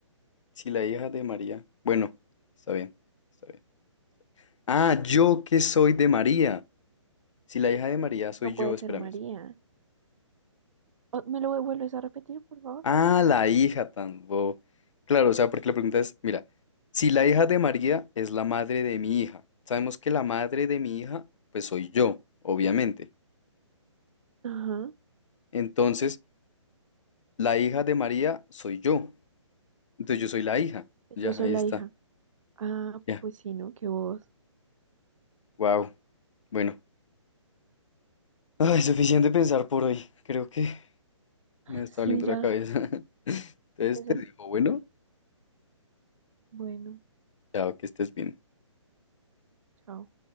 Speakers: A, on the left (about 75°); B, on the right (about 80°).
A: Si la hija de María. Bueno, está bien, está bien. Ah, yo que soy de María. Si la hija de María soy
B: No
A: yo,
B: puede
A: espérame,
B: ser María. Oh, ¿me lo vuelves a repetir, por favor?
A: Ah, la hija tan bobo. Claro, o sea, porque la pregunta es, mira, si la hija de María es la madre de mi hija, sabemos que la madre de mi hija, pues soy yo, obviamente.
B: Ajá.
A: Entonces, la hija de María soy yo. Entonces yo soy la hija. Ya,
B: Yo soy
A: ahí
B: la
A: está.
B: hija. Ah,
A: Ya.
B: pues sí, ¿no? Que vos.
A: Wow. Bueno. Ay, suficiente pensar por hoy. Creo que me está
B: Sí,
A: doliendo
B: ya.
A: la cabeza. <laughs> Entonces
B: Ese
A: te
B: ser.
A: dejo, bueno,
B: Bueno,
A: chao, que estés bien.
B: chao.